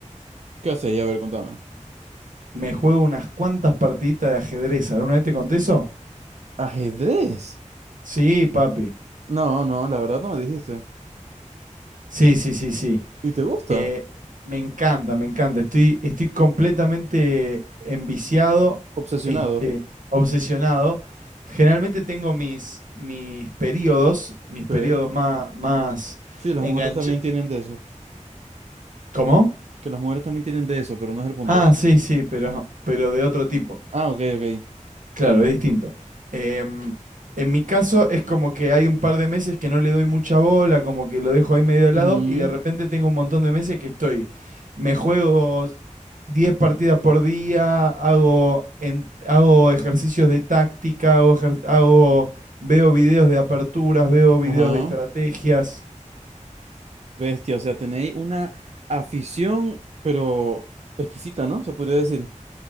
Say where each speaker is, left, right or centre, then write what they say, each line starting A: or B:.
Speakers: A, on the right; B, on the right.
A: ¿Qué haces? A ver, contame.
B: Me juego unas cuantas partiditas de ajedrez. ¿Alguna vez te conté eso?
A: ¿Ajedrez?
B: Sí, papi.
A: No, no, la verdad no me dijiste.
B: Sí, sí, sí, sí.
A: ¿Y te gusta?
B: Eh, me encanta, me encanta. Estoy, estoy completamente enviciado,
A: Obsesionado.
B: este, obsesionado. Generalmente tengo mis, mis periodos, mis
A: Ok.
B: periodos más, más
A: Sí, las
B: enganchados.
A: mujeres también tienen de eso.
B: ¿Cómo?
A: Que las mujeres también tienen de eso, pero no es el punto.
B: Ah, sí, sí, pero, pero de otro tipo.
A: Ah, ok, ok.
B: Claro, es distinto. Em, en mi caso es como que hay un par de meses que no le doy mucha bola, como que lo dejo ahí medio al
A: Ujú,
B: lado y de repente tengo un montón de meses que estoy, me juego 10 partidas por día, hago, en- hago ejercicios de táctica, hago, ejer- hago, veo videos de aperturas, veo videos
A: Ajá.
B: de estrategias.
A: Bestia, o sea, tenéis una afición, pero exquisita, ¿no? Se podría decir.